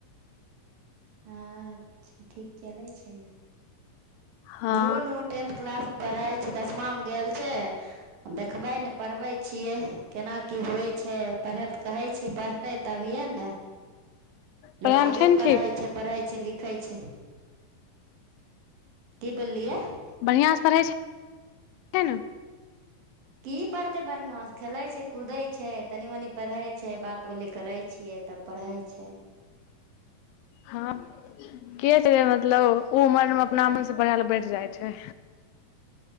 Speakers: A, on the right (about 80°); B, on the left (about 90°).
A: अच्छा ठीक चलै छै ने
B: हँ
A: हमरो नुनू टेंथ क्लास पढ़े छै दसमा मे गेल छै आब देखबै ने पढ़बै छियै केना की होइ छै पढ़ैले त कहै छिय पढ़तै तभियए ने
B: पढ़ाइ
A: लोग आगे
B: मे छै ने
A: पढ़ै
B: ठीक
A: छै पढ़ै छै लिख खै छै <inaudible> बोललियै
B: बढ़िआँ सँ पढ़ैय छै केना
A: की पढ़तै बढ़िआँसँ खेलैत छै कूदैत छै तनि मनि पढ़ै छै बात बोली करै छियै तब पढ़ै छै
B: हँ के से मतलब उ हमर अपना मन से पढ़ै लय बैठ जाइ छै